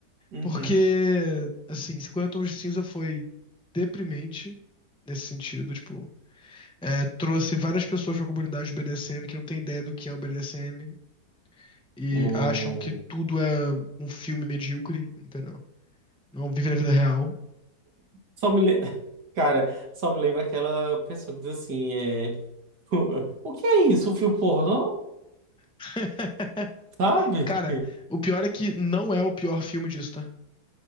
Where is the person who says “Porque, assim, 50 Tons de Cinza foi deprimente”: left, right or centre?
Centre